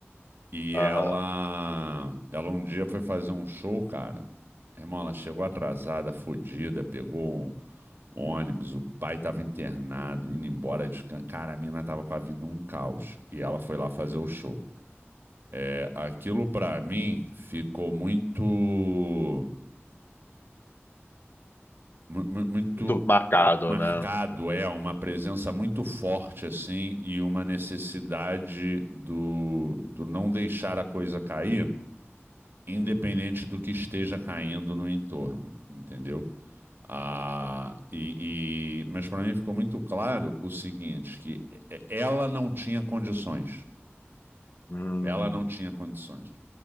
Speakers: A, on the right (about 50°); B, on the left (about 50°).
A: E
B: aham.
A: ela, ela um dia foi fazer um show, cara. Irmão, ela chegou atrasada, fodida, pegou um ônibus, o pai tava internado, indo embora de... can- Cara, a mina tava com a vida um caos. E ela foi lá fazer o show. É, aquilo para mim ficou muito muito
B: muito marcado,
A: marcado
B: né?
A: é uma presença muito forte assim e uma necessidade do, do não deixar a coisa cair independente do que esteja caindo no entorno entendeu ah, e, e mas para mim ficou muito claro o seguinte que é, ela não tinha condições
B: Hum,
A: ela não tinha condições